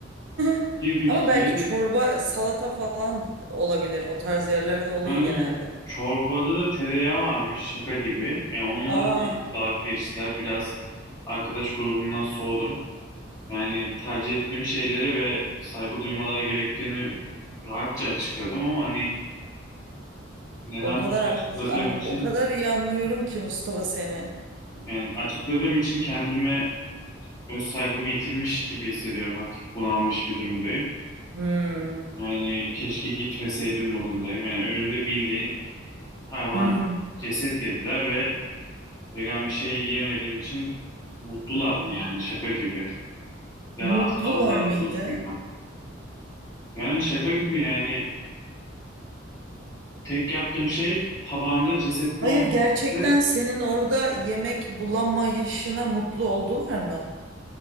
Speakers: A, on the right; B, on the left.
A: <laughs>
B: Girdik
A: Ama
B: içeri
A: belki çorba, salata falan olabilir. O tarz yerlerde oluyor
B: yani
A: genelde.
B: çorbada da tereyağı varmış şaka gibi. Yani onunla
A: Aa,
B: da ilgili dalga geçtiler. Biraz arkadaş grubumdan soğudum. Yani tercih ettiğim şeylere ve saygı duymaları gerektiğini rahatça açıkladım ama hani neden
A: o kadar
B: bunu
A: haklı,
B: açıkladığım
A: an-
B: için
A: o kadar iyi anlıyorum ki Mustafa seni.
B: yani açıkladığım için kendime öz saygımı yitirmiş gibi hissediyorum. Hafif bunalmış bir durumdayım.
A: Hmm.
B: Yani keşke gitmeseydim modundayım. Yani önümde bildiğin hayvan
A: Hı hı.
B: ceset dediler ve vegan bir şey yiyemediğim için mutlulardı
A: Hmm.
B: yani şaka gibi. Daha
A: Mutlular
B: asla onlarla
A: mıydı?
B: buluşmayacağım. Yani şaka gibi yani tek yaptığım şey tabağımda cesetin
A: Hayır,
B: olmaması.
A: gerçekten senin orada yemek bulamayışına mutlu oldular mı?